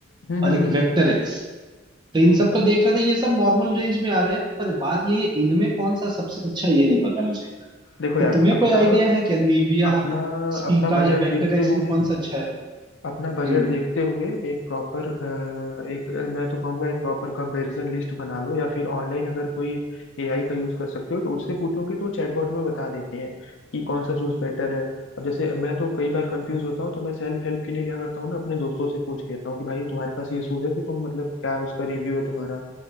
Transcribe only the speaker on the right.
और
एक
वेक्टर एक्स तो इन
सब का देख रहा था ये सब नॉर्मल रेंज में आ रहे हैं पर बात ये है इनमें कौन सा सबसे अच्छा ये नहीं पता मुझे
तो
तुम्हें
कोई आइडिया है क्या निविया
स्पीका
या वेक्टर
एक्स
में कौन सा अच्छा है
हम्म